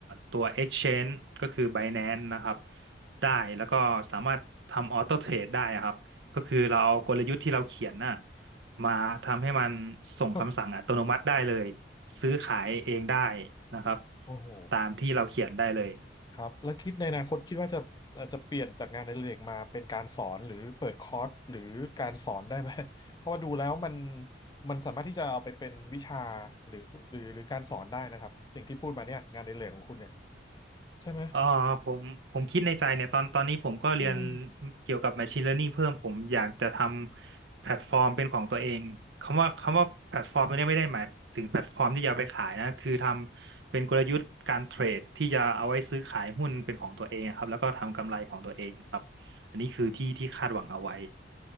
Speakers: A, on the right; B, on the left.
A: ตัว Exchange ก็คือ Binance นะครับได้แล้วก็สามารถทำออโต้เทรดได้อะครับก็คือเราเอากลยุทธ์ที่เราเขียนน่ะมาทำให้มันส่งคำสั่งอัตโนมัติได้เลย
B: <laughs>
A: ซื้อขายเองได้นะครับ
B: โอ้โห
A: ตามที่เราเขียนได้เลย
B: ครับแล้วคิดในอนาคตคิดว่าจะเอ่อจะเปลี่ยนจากงานในเรกมาเป็นการสอนหรือเปิดคอร์สหรือการสอนได้ไหม <laughs> เพราะว่าดูแล้วมันมันสามารถที่จะเอาไปเป็นวิชาหรือหรือหรือการสอนได้นะครับสิ่งที่พูดมาเนี่ยงานในเรกของคุณเนี่ยใช่ไหม
A: อ่าผมผมคิดในใจเนี่ยตอนตอนนี้ผมก็เรียน
B: อืม
A: เกี่ยวกับ Machine Learning เพิ่มผมอยากจะทำแพลตฟอร์มเป็นของตัวเองคำว่าคำว่าแพลตฟอร์มตัวเนี้ยไม่ได้หมายถึงแพลตฟอร์มที่จะเอาไปขายนะคือทำเป็นกลยุทธ์การเทรดที่จะเอาไว้ซื้อขายหุ้นเป็นของตัวเองอะครับแล้วก็ทำกำไรของตัวเองครับอันนี้คือที่ที่คาดหวังเอาไว้